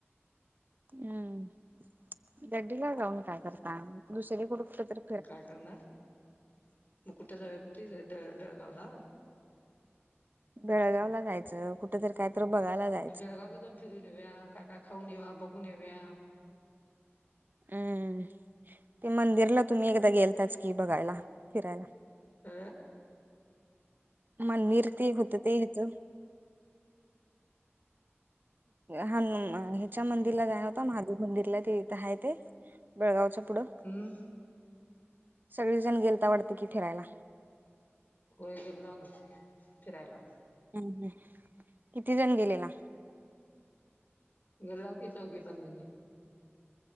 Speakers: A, on the right (about 45°); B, on the left (about 40°).
A: हम्म गड्डीला जाऊन काय करता दुसरीकड कुठ तर
B: काय करणार मग कुठे जाऊया म्हणतीस बेळ बेळगावला
A: बेळगाव ला जायचं कुठतर कायतर बघायला जायच
B: बेळगावला जाऊन फिरून येऊया काय काय खाऊन येऊया बघून येऊया
A: हम्म ते मंदिरला तुम्ही एकदा गेलताच की बघायला फिरायला
B: अ
A: मंदिर ते होत ते इथं हण ह्याच्या मंदिरला जाया नव्हता महादेव मंदिरला ते इथं आहे ते बेळगावच्या पुढं
B: हम्म
A: सगळेजण गेलता वाटतं की फिरायला
B: होय गेलतो नव्ह फिरायला
A: हम्म हम्म किती जण गेलेला
B: गेलाव की चौघी पाच जणी